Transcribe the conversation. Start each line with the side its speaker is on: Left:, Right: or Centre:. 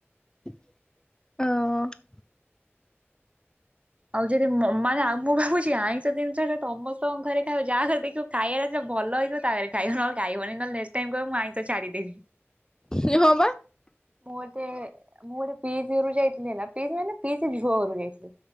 Left: ହଁ।
Right: ଆଉ ଯଦି ମ ମାନେ ଆଉ ମୁଁ ଭାବୁଛି ଆଇଁଷ ଜିନିଷ ତ ସମସ୍ତଙ୍କ ଘରେ ଖାଇବା ଯାହା ଘରେ ଦେଖିବ ଖାଇବା ଯେତେବେଳେ ଭଲ ହେଇଥିବ ତା ଘରେ ଖାଇବ ନହେଲେ ଖାଇବନି ନହେଲେ ନେଷ୍ଟ ଟାଇମ କହିବ ମୁଁ ଆଇଁଶ ଛାଡ଼ିଦେବି।
Left: ଇଏ ହଁ ବା।
Right: ମୁଁ ଗୋଟେ ମୁଁ ଗୋଟେ ପିଇଷି ଘରକୁ ଯାଇଥିଲି ନା ପିଇଷି ମାନେ ପିଇବି ଝୁଅ ଘରକୁ ଯାଇଥିଲି।